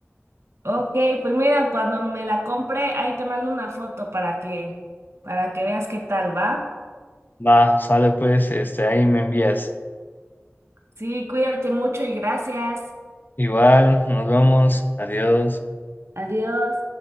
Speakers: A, on the right; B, on the left.
A: Ok, pues mira, cuando me la compre, ahí te mando una foto para que, para que veas qué tal va.
B: Va, sale pues, este, ahí me envías.
A: Sí, cuídate mucho y gracias.
B: Igual, nos vemos, adiós.
A: Adiós.